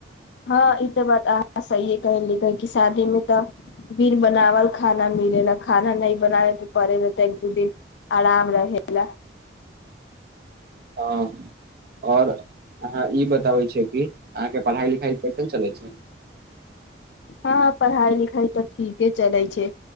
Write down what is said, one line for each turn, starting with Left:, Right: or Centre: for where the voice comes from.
Left: हँ ई तऽ बात आहां सहीए कहेली कह क शादीं तऽ बिन बनावल खाना मिले ला खाना नई बनाबे के पड़ैय तऽ एक दू दिन आराम रहेला
Right: हंअ् और अहाँ ई बताबै छैय कि अहाँके पढ़ाइ लिखाइ कैसन चलैइ छैइ
Left: हँ पढ़ाइ लिखाइ तऽ ठीके चलैइ छैइ